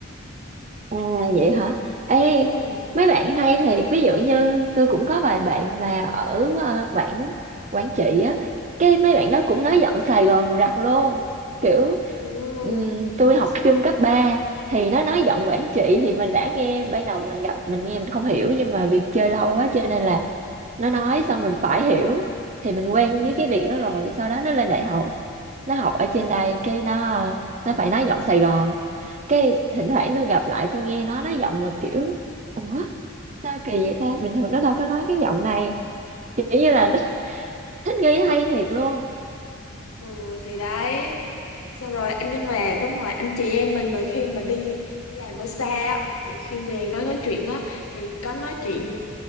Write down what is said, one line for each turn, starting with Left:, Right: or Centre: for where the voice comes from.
Right: À vậy hả? Ê,
Left: ừ
Right: mấy bạn hay thì ví dụ như tôi cũng có vài bạn mà ở ờ, Quảng Quảng Trị á, cái mấy bạn đó cũng nói giọng Sài Gòn rặt luôn. Kiểu
Left: ừ
Right: ừm, tôi học chung cấp 3 thì nó nói giọng Quảng Trị thì mình đã nghe ban đầu mình gặp mình nghe mình không hiểu nhưng mà vì chơi lâu quá cho nên là nó nói xong mình phải hiểu thì mình quen với cái việc đó rồi sau đó nó lên đại
Left: ừ
Right: học nó học ở trên đây cái nó nó phải nói giọng Sài Gòn cái thỉnh thoảng tôi gặp lại tôi nghe nó nói giọng mà kiểu ủa sao kỳ vậy ta bình thường nó đâu có nói cái giọng này kiểu như là nó <laughs> thích nghi hay thiệt luôn
Left: Ừ thì đấy xong rồi anh nhưng mà đúng rồi anh chị em mình mà khi mà đi đi làm ở xa á, thì khi về nói nói chuyện á thì có nói chuyện